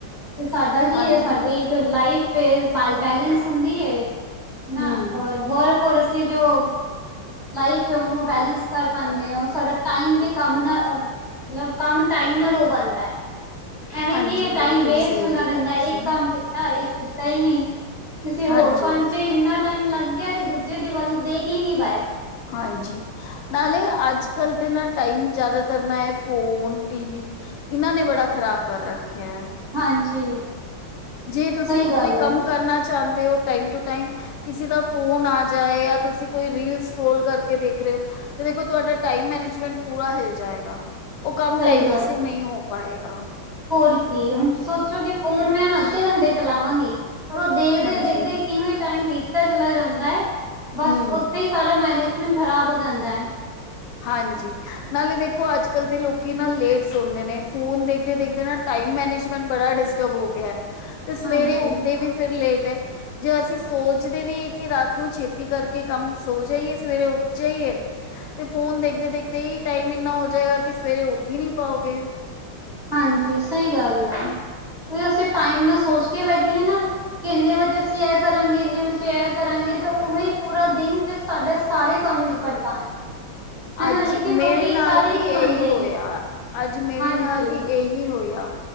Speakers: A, on the right; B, on the left.
A: ਤੇ ਸਾਡਾ ਕੀ
B: ਹਾਂਜੀ
A: ਐ। ਸਾਡੀ ਜੋ ਲਾਈਫ ਏ। ਬਾਈ ਬੈਲੇੈਂਸ ਹੁੰਦੀ ਏ। ਨਾ।
B: ਹੂੰ
A: ਔਰ ਵਰਕ ਹੋਰਸ ਸੀ ਜੋਂ ਲਾਈਫ ਹੈ। ਉਹਨੂੰ ਬੈਲੇੈਂਸ ਕਰ ਪਾਦੇ ਓ। ਸਾਡਾ ਟਾਈਮ ਵੀ ਕੰਮ ਨਾ ਅ ਓ ਲਬ ਕੰਮ ਟਾਈਮ ਨਾਲ ਹੋ ਬੰਨਦਾ ਹੈ। ਐਵੇਂ!
B: ਹਾਂਜੀ
A: ਕੀ ਏ! ਟਾਈਮ
B: ਬਿਲਕੁਲ
A: ਵੇਸਟ
B: ਸਹੀ
A: ਹੁੰਦਾ
B: ਬੋਲਿਆ
A: ਰਹਿੰਦਾ।
B: ਤੁਸੀਂ
A: ਇੱਕ ਕੰਮ ਕੀ ਤਾਂ। ਇੱਕ ਕਿੱਤਾ ਹੀ ਨੀ। ਕਿਸੇ ਹੋਰ
B: ਹਾਂਜੀ
A: ਕੰਮ 'ਚ ਤੇ, ਇੰਨਾ ਟਾਈਮ ਲੱਗ ਗਿਆ, ਕਿ ਦੂਜੇ ਦੇ ਵੱਲ ਦੇ ਕੇ ਹੀ ਨੀ ਬਾਏ।
B: ਹਾਂਜੀ। ਨਾਲੇ ਅੱਜ- ਕੱਲ੍ਹ ਤੇ ਨਾ ਟਾਈਮ ਜ਼ਿਆਦਾਤਰ ਨਾ ਹੈ। ਫੋਨ, ਟੀਵੀ ਇਹਨਾਂ ਨੇ ਬੜਾ ਖ਼ਰਾਬ ਕਰ ਰੱਖਿਆ ਐ।
A: ਹਾਂਜੀ।
B: ਜੇ ਤੁਸੀਂ
A: ਸਹੀ ਗੱਲ
B: ਕੋਈ
A: ਹੈ
B: ਕੰਮ ਕਰਨਾ ਚਾਦੇ ਹੋ? ਟਾਈਮ ਟੂ ਟਾਈਮ ਕਿਸੇ ਦਾ ਫੋਨ ਆ ਜਾਏ। ਜਾਂ, ਤੁਸੀਂ ਕੋਈ ਰੀਲ ਸਕਰੋਲ ਕਰਕੇ ਦੇਖ ਰਹੇ ਔ। ਤੇ, ਦੇਖੋ! ਤੁਹਾਡਾ ਟਾਈਮ ਮੈਨੇਜਮੈਂਟ ਪੂਰਾ ਹਿਲ ਜਾਏਗਾ। ਉਹ ਕੰਮ
A: ਸਹੀ
B: ਟਾਈਮ
A: ਗੱਲ
B: ਸਿਰ
A: ਹੈ
B: ਨਹੀਂ ਹੋ ਪਾਏਗਾ।
A: ਹੋਰ! ਕੀ! ਹੁਣ ਸੋਚੋ ਕਿ ਫੋਨ ਮੈਂ ਅੱਦੇ ਘੰਟੇ ਚਲਾਵਾਂਗੀ। ਪਰ ਉਹ ਦੇਖਦੇ-
B: ਹਾਂਜੀ
A: ਦੇਖਦੇ ਕਿਵੇਂ ਟਾਈਮ ਬੀਤਦਾ ਚਲਾ ਜਾਂਦਾ ਏ। ਬਸ
B: ਹੂੰ
A: ਉੱਥੇ ਹੀ ਸਾਰਾ ਮੈਨੇਜਮੈਂਟ ਖਰਾਬ ਹੋ ਜਾਂਦਾ ਐ।
B: ਹਾਂਜੀ। ਨਾਲੇ ਦੇਖੋ ਅੱਜ- ਕੱਲ੍ਹ ਤੇ, ਲੋਕੀ ਨਾ ਲੇਟ ਸੌਂਦੇ ਨੇ, ਫੋਨ ਦੇਖਦੇ-ਦੇਖਦੇ ਏਦੇ ਨਾ ਟਾਈਮ ਮੈਨੇਜਮੈਂਟ ਬੜਾ ਡਿਸਟਰਬ ਹੋ ਗਿਆ। ਤੇ ਸਵੇਰੇ
A: ਹਾਂਜੀ
B: ਉੱਠਦੇ ਵੀ ਫੇਰ ਲੇਟ ਐ। ਜੇ ਅਸੀਂ ਸੋਚਦੇ ਵੀ ਏ ਕਿ, ਰਾਤ ਨੂੰ ਛੇਤੀ ਕਰਕੇ ਕੰਮ ਸੋ ਜਾਈਏ। ਸਵੇਰੇ ਉੱਠ ਜਾਈਏ। ਤੇ ਫੋਨ ਦੇਖਦੇ-ਦੇਖਦੇ ਹੀ ਟਾਈਮ ਇੰਨਾ ਹੋ ਜਾਏਗਾ, ਕਿ ਸਵੇਰੇ ਉੱਠ ਹੀ ਨੀ ਪਾਉਗੇ।
A: ਹਾਂਜੀ। ਸਹੀ ਗੱਲ ਹੈ, ਕੋ ਅਸੀਂ ਟਾਈਮ ਨਾਲ ਸੋਚ ਕੇ ਬੈਠੇ ਹ ਨਾ। ਕਿ ਇੰਨੇ ਵਜੇ ਅਸੀਂ ਇਹ ਕਰਾਂਗੇ, ਇੰਨੇ ਵਜੇ ਇਹ ਕਰਾਂਗੇ ਤੇ ਉਵੇਂ ਪੂਰਾ ਦਿਨ ਫ। ਸਾਡੇ ਸਾਰੇ ਕੰਮ ਨਿਪੜ ਪਾਉਣ। ਹਨਾ
B: ਅੱਜ
A: ਲੇਕਿਨ
B: ਮੇਰੇ
A: ਲੋਕੀ
B: ਨਾਲ
A: ਕਰ ਹੀ
B: ਵੀ
A: ਨਹੀਂ ਪਾਉਂਦੇ
B: ਇਹੀ ਹੋਇਆ। ਅੱਜ ਮੇਰੇ
A: ਹਾਂਜੀ
B: ਨਾਲ ਵੀ ਇਹੀ ਹੋਇਆ,